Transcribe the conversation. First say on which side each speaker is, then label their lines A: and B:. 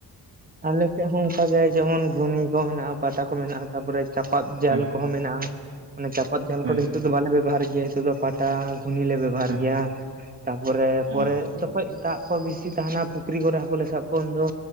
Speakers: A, on the right; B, on the right.
A: ᱟᱞᱮ ᱥᱮᱫ ᱦᱚᱸ ᱚᱱᱠᱟ ᱜᱮ ᱡᱮᱢᱚᱱ ᱜᱷᱩᱱᱤ ᱠᱚ ᱢᱮᱱᱟᱜᱼᱟ ᱯᱟᱴᱟ ᱠᱚ ᱢᱮᱱᱟᱜ ᱾ ᱛᱟᱯᱚᱨᱮ ᱪᱟᱯᱟᱫ ᱡᱟᱞ
B: ᱦᱮᱸ
A: ᱠᱚᱦᱚᱸ ᱢᱮᱱᱟᱜᱼᱟ ᱾ ᱟᱱᱮ ᱪᱟᱯᱟᱫ ᱡᱟᱞ
B: ᱦᱮᱸ
A: ᱠᱚᱫᱚ ᱱᱤᱛᱚᱜ ᱫᱚ ᱵᱟᱞᱮ ᱵᱮᱵᱚᱦᱟᱨ ᱜᱮᱭᱟ ᱾ ᱱᱤᱛᱚᱜ ᱫᱚ ᱯᱟᱴᱟ ᱜᱷᱩᱱᱤ ᱞᱮ ᱵᱮᱵᱚᱦᱟᱨ
B: ᱦᱮᱸ
A: ᱜᱮᱭᱟ ᱾ ᱛᱟᱯᱚᱨᱮ
B: ᱦᱮᱸ
A: ᱯᱚᱨᱮ ᱫᱟᱜ ᱠᱚ ᱵᱮᱥᱤ ᱛᱟᱦᱮᱱᱟ ᱯᱩᱠᱷᱨᱤ ᱠᱚᱨᱮ ᱦᱟᱹᱠᱩ ᱞᱮ ᱥᱟᱵ ᱠᱚᱣᱟ, ᱩᱱ ᱫᱚ